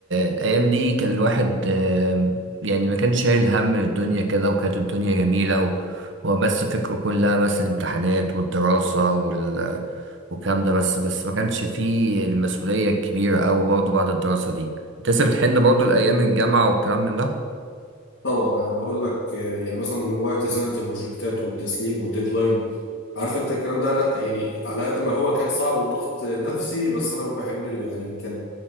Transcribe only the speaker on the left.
طبعا انا هقول لك آه، يعني مثلا وقت زنقه البروجكتات والتسليم والديدلاين عارف انت الكلام ده انا يعني على قد ما هو كان صعب وضغط نفسي بس انا بحمل له يعني كان